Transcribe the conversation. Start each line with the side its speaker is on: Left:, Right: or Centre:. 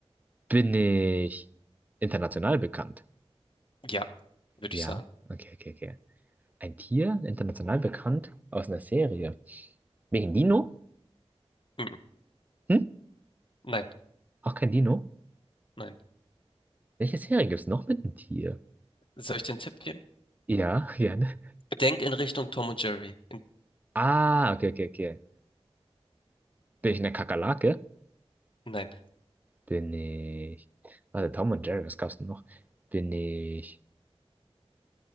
Right: Bin ich international bekannt?
Left: Ja, würde
Right: Ja.
Left: ich sagen.
Right: Okay, okay, okay. Ein Tier, international bekannt, aus einer Serie. Welchen Dino?
Left: Mhm.
Right: Hm?
Left: Nein,
Right: Auch kein Dino?
Left: nein.
Right: Welche Serie gibt es noch mit einem Tier?
Left: Soll ich dir einen Tipp geben?
Right: Ja, <laughs> gerne.
Left: Denk in Richtung Tom und Jerry. In,
Right: Ah, okay, okay, okay. Bin ich eine Kakerlake?
Left: nein.
Right: Bin ich. Warte, Tom und Jerry, was gab's denn noch? Bin ich.